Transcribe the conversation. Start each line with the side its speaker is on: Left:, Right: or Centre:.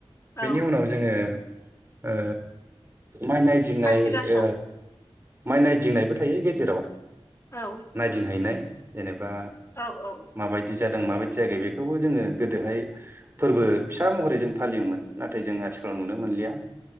Right: बेनि
Left: औ
Right: उनाव जोङो ओ माइ नायदिंनाय
Left: खाथि गासा
Right: ओ माइ नायदिंनायबो थायो गेजेराव
Left: औ
Right: नायदिंहैनाय जेनेबा
Left: औ औ
Right: माबायदि जादों माबायदि जायाखै बेखौबो जोङो गोदोहाय फोरबो फिसा महरै जों फालियोमोन नाथाय जों आथिखालाव नुनो मोनलिया